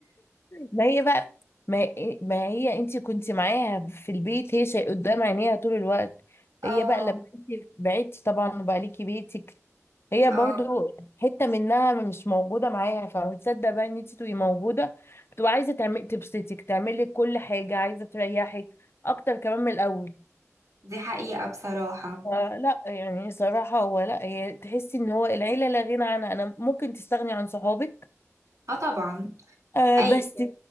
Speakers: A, on the left (about 50°); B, on the right (about 80°).
A: ما هي بقى ما, إيه، ما هي انت كنت معاها في البيت هي شيء قدام عينيها طول الوقت
B: اه
A: هي بقى لما انت بعدتي طبعا وبقى ليكي بيتك هي
B: اه
A: برضو حتة منها مش موجودة معاها فبتصدق بقى ان انت تبقي موجودة بتبقى عايزة تعمل تبسطك تعملي كل حاجة عايزة تريحك اكتر كمان من الاول
B: دي حقيقة بصراحة
A: فلا يعني صراحة هو لا هي تحسي ان هو العيلة لا غنى عنها انا ممكن تستغني عن صحابك
B: اه طبعا
A: آه
B: عادي
A: بس